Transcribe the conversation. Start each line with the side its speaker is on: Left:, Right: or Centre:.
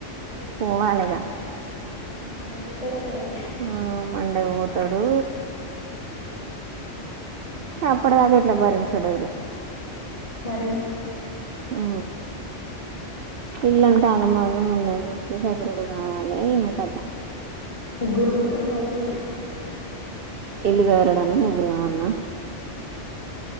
Right: పోవాలిగా
Left: చిన్ను మండే పోతాడట కదా
Right: ఆ మండే పోతాడు. అపటిదాక ఎట్ల భరించుడో ఇగ
Left: బరించు
Right: ఆ ఇల్లంతా ఆగమాగం ఉన్నది. ఎప్పుడు సర్దుడు కావాలి ఏం కథ
Left: ముగ్గురు కుకొని సదురిల్లిగా
Right: ఇల్లు సర్దడానికి ముగ్గురు కావల్నా